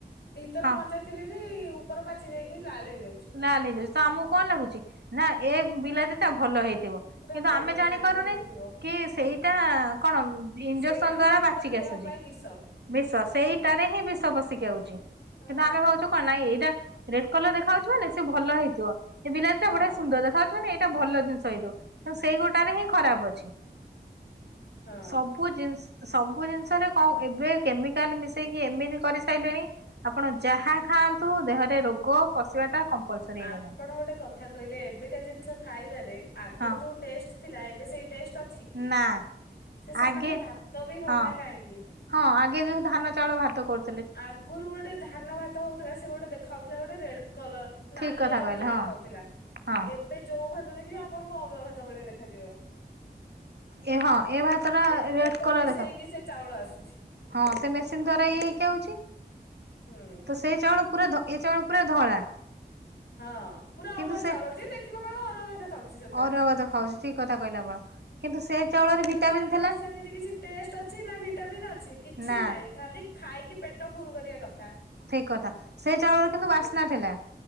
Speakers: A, on the left; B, on the right.
A: ଭିତର
B: ହଁ
A: କଞ୍ଚା ଥିଲେ ବି ଉପର ପାଚି ଯାଇକି ଲାଲ ହେଇଯାଉ
B: ଲାଲ ହେଇଯାଉଛି ତ ଆମକୁ କଣ ଲାଗୁଛି ନା ଏ ବିଲାତି ତା ଭଲ ହେଇ ଥିବ
A: ପୁରା
B: କିନ୍ତୁ
A: ବଢିଆ
B: ଆମେ ଜାଣି
A: ବିଲାତି
B: ପାରୁନେ?
A: ଟା ହେଇଥିବ
B: କି ସେଇଟା
A: ଆ
B: କଣ ଇଞ୍ଜେକ୍ସନ
A: ସେଇଟା ହିଁ
B: ଦ୍ଵାରା
A: ପ୍ରକୃତରେ
B: ପାଚିକି
A: ଦେହ
B: ଆସୁଛି।
A: ପାଇଁ ବିଷ।
B: ବିଷ ସେଇଟାରେ ହିଁ ବିଷ ବପସିଚି। କିନ୍ତୁ
A: ହଁ
B: ଆମେ ଭାବଛୁ କଣ ନାଇଁ ଏଇଟା ରେଡ କଲର ଦେଖା ଯାଉଛି ମାନେ ସେ ଭଲ ହେଇଥିବ। ଏ ବିଲାତିଟ
A: ହଁ
B: ବଢିଆ ସୁନ୍ଦର ଦେଖା ଯାଉଛି ମାନେ ଏଟା
A: ହଁ।
B: ଭଲ ଜିନିଷ ହେଇଥିବ। ସେଇ ଗୋଟାରେ ହିଁ ଖରାପ ଅଛି
A: ହଁ
B: ସବୁ ଜିନିଷ ସବୁ ଜିନିଷରେ କଣ ଏବେ କେମିକାଲ ମିଶେଇକି ଏମିତି କରିସାଇଲେଣି। ଆପଣ ଯାହା ଖାଆନ୍ତୁ ଦେହରେ ରୋଗ ପଶିବା ଟା କମ୍ପଲସରୀ ହେଇଗଲାଣି
A: ଆପଣ ଗୋଟେ କଥା କହିଲେ ଏବେକା ଜିନିଷ ଖାଇବାରେ ଆଗରୁ
B: ହଁ
A: ଯୋଉ ଟେଷ୍ଟ ଥିଲା ଏବେ ସେଇ ଟେଷ୍ଟ ଅଛି କି?
B: ନା।
A: ସେ ସାମାନ୍ୟ
B: ଆଗେ
A: ଭାତ ବି ହଉନା
B: ହଁ
A: କାହିଁକି?
B: ହଁ ଆଗେ ଯୋଉ ଧାନ ଚାଉଳ ଭାତ କରୁ
A: ଆଗରୁ ଗୋଟେ ଧାନ ଭାତ ହଉଥିଲା ସେ ଗୋଟେ ଦେଖା ହାଉଥିଲା ଗୋଟେ ରେଡ କଲର ନାଲିଆ
B: ଠିକ କଥା
A: ଭାତ
B: କହିଲେ
A: ଦେଖାଯାଉଥିଲା
B: ହଁ ହଁ।
A: ଏବେ ଯୋଉ ଭାତ ଦେଖିବେ ଆପଣଙ୍କୁ ଅରୁଆ ଭାତ ଭଳିଆ ଦେଖ ଖାଜିବ
B: ଏ ହଁ
A: ମାନେ
B: ଏ ଭାତ ଟା
A: ଏତେ
B: ରେଡ୍
A: ପଲିସ
B: କଲର ଦେଖ
A: ହେଇକି ସେ ଚାଉଳ ଆସୁଛି।
B: ହଁ ସେ ମେସିନ ଦ୍ଵାରା ଇଥି ହେଉଛି
A: ହୁଁ
B: ତ ସେ ଚାଉଳ ପୁରା ଏ ଚାଉଳ ପୁରା ଧଳା।
A: ହଁ ପୁରା
B: କିନ୍ତୁ
A: ଅରୁଆ
B: ସେ
A: ଚାଉଳ ଯିଏ ଦେଖିବ କହିବ ଅରୁଆ ଭାତ ଖାଉଚି ସେତେ
B: ଅରୁଆ ଭାତ ଖାଉଛି ଠିକ କଥା କହିଲେ ଆପଣ। କିନ୍ତୁ ସେ ଚାଉଳରେ
A: କିନ୍ତୁ
B: ଭିଟାମିନ୍
A: ତାର କଣ
B: ଥିଲା
A: ସେମିତି କିଛି ଟେଷ୍ଟ ଅଛି ନା ଭିଟାମିନ୍ ଅଛି କିଛି
B: ନା
A: ନାହିଁ ଖାଲି ଖାଇକି ପେଟ ଫୁଲ କରିବା କଥା।
B: ଠିକ କଥା ସେଇ ଚାଉଳରେ କିନ୍ତୁ ବାସ୍ନା ଥିଲା।